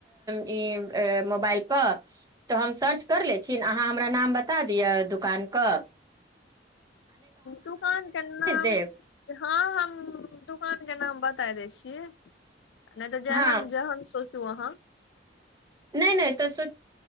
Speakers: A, on the right; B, on the left.
A: इ अ मोबाइल पर तऽ हम सर्च कर ले अहाँ हमरा नाम बता दिय दुकान क
B: दुकान के नाम
A: देब
B: हँ हम दुकान के नाम बात ताय दै छी नहि तऽ जेहन
A: हँ
B: जेहन सोच त अहाँ
A: नहि नहि तऽ सो